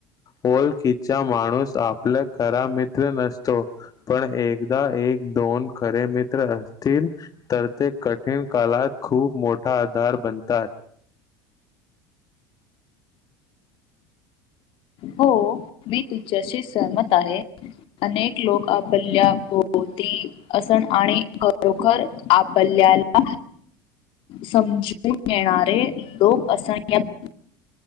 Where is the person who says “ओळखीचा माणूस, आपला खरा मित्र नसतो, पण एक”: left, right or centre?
Left